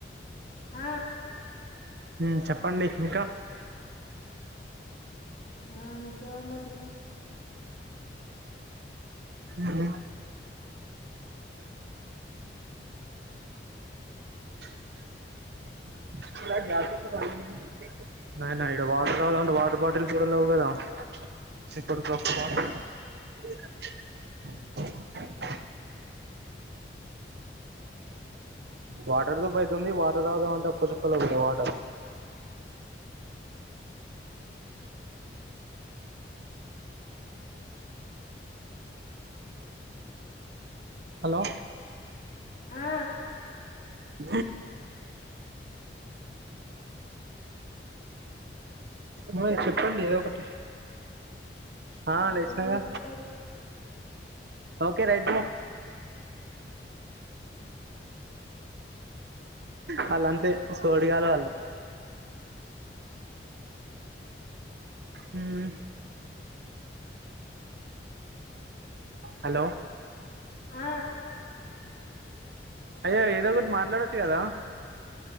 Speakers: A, on the left; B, on the right.
A: ఆ
B: హు చెప్పండి ఇంకా
A: ఆ ఇంకేం ఉంది అండి ఇగ
B: ఉహు <unintelligible> నాయన ఇడ వాటర్ తగుదామంటే వాటర్ బాటిల్ కూడా లేవు కదా చిక్కుడు <unintelligible> వాటర్ ధూప్ అయితుంది వాటర్ తాగుదామంటే ఒక్క చుక్కలేదు ఇడా వాటర్ హలో
A: ఆ
B: <inaudible> మీరు చెప్పండి ఏదో ఒకటి ఆ
A: ఇంకేమున్నది
B: లేచినగా
A: చెప్పేది
B: ఓకే రైడ్ వాళ్ళు అంతే సోడిగల్లు వాళ్ళు ఉహూ హలో
A: ఆ
B: అయ్యా ఏదో ఒకటి మాట్లాడొచ్చు కదా